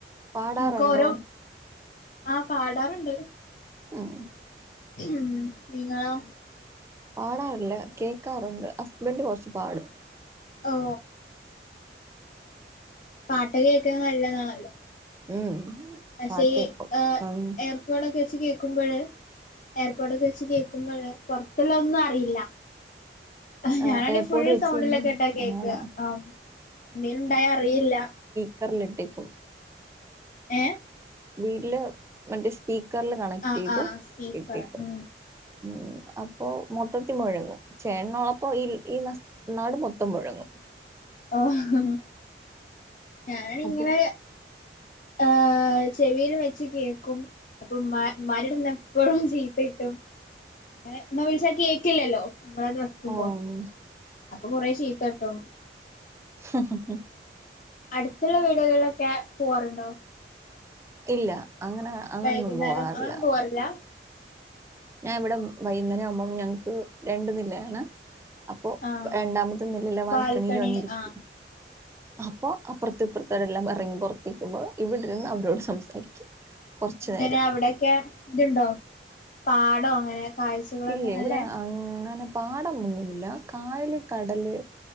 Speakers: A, on the right; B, on the left.
A: പാടാറുണ്ടോ
B: ഇന്ക്ക് ഓരോ ആഹ് പാടാറുണ്ട്
A: മഹ്
B: ചും നിങ്ങളോ
A: പാടാറില്ല കേക്കാറുണ്ട് ഹസ്ബൻഡ് കൊറച്ച് പാടും
B: ഓ പാട്ട് കേൾക്കുന്നത് നല്ലതാണല്ലേ
A: ഉം
B: പക്ഷെ
A: പാട്ട്
B: ഈ
A: കേക്കും ഉം
B: എയർഫോണൊക്കെ വെച്ച് കേ കേക്കുമ്പഴ് എയർപോടൊക്കെ വെച്ച് കേക്കുമ്പഴ് പൊറത്തുള്ളത് ഒന്നും അറിയില്ല ആ ഞാനാണെ
A: ആഹ് എയർപോർട്ട്
B: ഫുൾ
A: വെച്ച്
B: സൗണ്ടിലൊക്കെ ഇട്ടാ കേക്കാ
A: ആണോ
B: അ എന്തേലും ഉണ്ടായ അറിയില്ല
A: ക്കറിലിട്ടേക്കും
B: എഹ്
A: വീട്ടില് മറ്റേ സ് സ്പീക്കറില് കണക്ട്
B: ആഹ്
A: ചെയ്ത്
B: ആഹ് സ്പീക്കർ
A: ഇട്ടീക്കും
B: ഉം
A: മഹ് അപ്പോ മൊത്തത്തി മുഴങ്ങും ചേട്ടനൊളപ്പോ ഇ ഈ ന നാട് മൊത്തം മുഴങ്ങും
B: ആഹ്ഹഹ ഞാൻ ഇങ്ങനെ
A: അപ്പൊ
B: ആഹ് ചെവിൽ വെച്ച് കേ അപ്പൊ മരടുന്ന എപ്പോഴും ജീപ്പട്ടും അങ്ങനെ എന്ന വിളിച്ചാക്കി കേൾക്കില്ലല്ലോ നിങ്ങള അത് വെക്കുമ്പോ
A: ഓഹ്
B: അപ്പൊ കൊറേ ചീത്തട്ടും.
A: ഹ് ഹ് ഹ്
B: അടുത്തുള്ള വീടുകളിലൊക്കെ പോവാറുണ്ടോ?
A: ഇല്ല അങ്ങനെ അങ്ങനൊന്നും
B: വൈകുന്നേരം
A: പോവാറില്ല
B: ആ പോവാറില്ല
A: ഞാൻ ഇവിടെ വൈകുന്നേരം സംഭം ഞങ്ങക്ക് രണ്ടന്നില്ലയാണ് അപ്പൊ
B: ആഹ്
A: രണ്ടാമത്തെ നിലുള്ള വാൽക്കണിയില്
B: ബാൽക്കണി
A: വന്നിരിക്കും
B: ആഹ്
A: അപ്പൊ അപ്പുറത്ത് ഇപ്പുറത്ത് എല്ലാം ഇറങ്ങി പുറത്ത് നിക്കുമ്പോ ഇവിടിരുന്നു അവരോട് സംസാരിക്കും കുറച്ചു
B: എങ്ങനെ
A: നേരം
B: അവിടെക്കെ ഇതുണ്ടോ പാടോ അങ്ങനെ കാഴ്ചകളൊക്കെ
A: ഇല്ലേ
B: നല്ല
A: ഇവിടെ ആപ്പ പാടംമൊന്നുല്ല കായലും കടല്